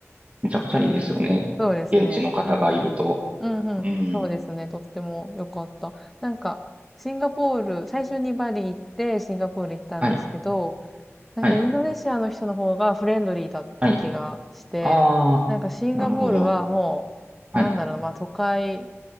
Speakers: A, on the right; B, in the centre.
A: めちゃくちゃいいですよね。
B: うんうん。そうですね。
A: 現地の方がいると。
B: うんうん。うんうん。
A: うん。
B: そうですね。とっても良かった。なんか、シンガポール、最初にバリ行って、シンガポール行ったんですけど、
A: はい、
B: なんかインドネシアの人の方がフレンドリーだった気がして、
A: はい、はい。ああ、
B: なんかシンガポールはもう、
A: なるほど。はい。
B: なんだろうな、まあ都会、